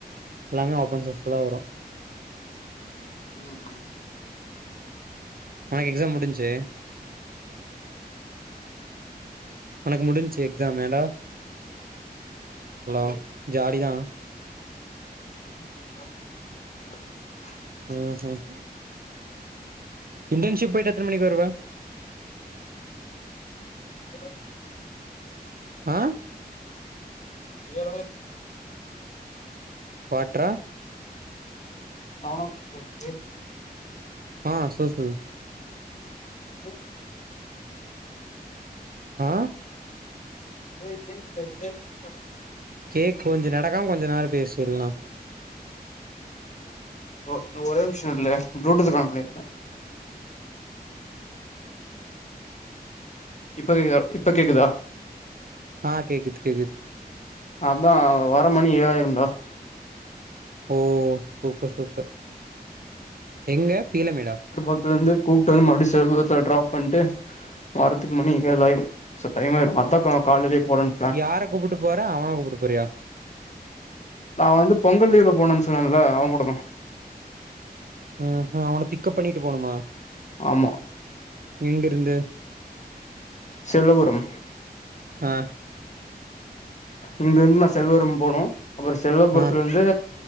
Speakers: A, on the right; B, on the left.
A: எல்லாமே ஓபன் சோர்ஸ்சஸ் தா வரு
B: ம் ம்
A: உனக் எக்ஸாம் முடிஞ்ச்சு உனக் முடிஞ்சு எக்ஸாம் ஏண்டா அலோ ஜாலி தா
B: உம்
A: ம் ம் இன்ட்டர்ன்ஷிப் போயிட்டு எத்தன மணிக்கு வருவ
B: பேரு
A: ஆ
B: ஏழு
A: வாட்ரா
B: கவல <inaudible>
A: ஆ சொல் சொல்
B: ஏஹ
A: ஆ
B: <unintelligible>
A: கேக் கொஞ்ச நடக்காம கொஞ்ச நேரோ பேசு இல்ன்னா
B: ஒ ஒரே நிம்ஷோ நில்லு ப்ளூடூத் கனெக்ட் பண்ணி இருக்கே இப்ப கேக்தா இப்ப கேட்குதா
A: ஆ கேக்குது கேக்குது
B: அதா வர மணி ஏழாயிருன்டா
A: ஓ சூப்பர் சூப்பர் எங்க பீளமேடா
B: பக்கத்துல இருந்து கூப்ட்டு வந் மறுபடி செல்வத்த ட்ராப் பண்ட்டு வர்ரத்துக்கு மணி ஏழு ஆயிரு சொ டைம் ஆய்ரு அதா கா காலைலியே போடான்
A: யார கூப்புட்டு போற அவன கூப்புட்டு போறியா
B: நா வந்து பொங்கல் லீவ்ல போனேன் சொன்னேன்ல அவ கூட தா
A: ம் ம் அவன பிக்கப் பண்ணிட்டு போணுமா
B: ஆமா
A: எங்க இருந்து
B: செல்வபுரம்
A: ஆ
B: இங்க இருந் நா செல்வபுரம் போன்னு அப்புற செல்வபுரத்துல
A: ஆ
B: ந்து